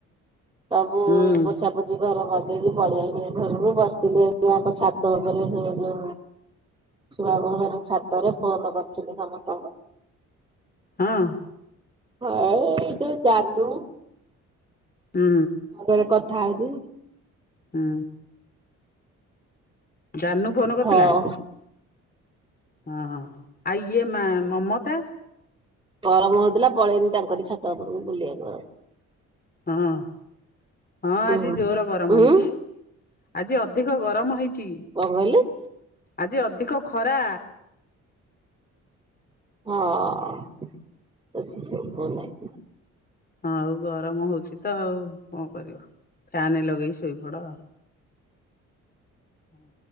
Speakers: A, on the right; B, on the left.
A: ସବୁ
B: ହୁଁ
A: ପୋଛା ପୋଛ ଆଜି ଘର କରିଦେଇକି <unintelligible> ଘରକୁ ବସିଥିଲିଙ୍କ ଛାତ ଉପରେ ସେ ଯୋଉ ଛୁଆ <unintelligible> ଛାତରେ ଫୋନ କରିଥିଲି ସମସ୍ତଙ୍କୁ।
B: ହଁ।
A: ହଁ ଏଇ ଯଉ ଯାଦୁ
B: ହୁଁ।
A: ମୁଁ ଘରେ କଥା ହେବି।
B: ହୁଁ। ଜାନୁ ଫୋନ କରିଥିଲା?
A: ହଁ
B: ହଁ ଆଉ ଇଏ ମା-ମମତା?
A: ଗରମ ହଉଥିଲା ପଳେଇଲି ତାଙ୍କରି ଛାତ ଉପରକୁ ବୁଲିବାକୁ ଆଉ।
B: ହଁ- ହଁ
A: ଉଁ
B: ଆଜି ଜୋର ଗରମ
A: ଉଁ
B: ହେଇଚି। ଆଜି ଅଧିକ ଗରମ ହେଇଚି।
A: କଣ୍ କହିଲେ?
B: ଆଜି ଅଧିକ ଖରା
A: ହଁ ସେ ଶୁବୁ ନାହିଁ।
B: ହଁ ଆଉ ଗରମ ହଉଚି ତ ଆଉ କଣ କରିବ ଫ୍ୟାନ୍ ଲଗେଇ ଶୋଇପଡ ଆଉ। ହଁ